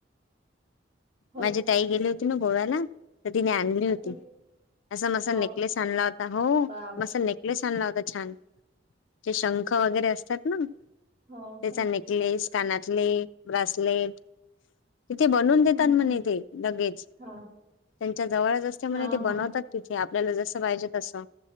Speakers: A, on the right (about 35°); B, on the left (about 85°).
A: हो
B: माझ ताई गेले होती ना गोव्याला तिने आणली होती
A: तिथे
B: असा म
A: हो
B: नेकलेस आणला होता हो
A: बाप
B: म नेकलेस आणला होता छान ज शंख वगैरे असतात ना
A: हो
B: त्याचा
A: का
B: नेकलेस कानातले ब्रासलेट तिथे बनून
A: हम्म
B: तात म्हने
A: हम्म
B: ते लगेच
A: हा
B: त्यांच्या जवळंच असते म्हने
A: हा
B: ते
A: हा
B: बनवतात तिथे आपल्याला जसं पाहिजे तसं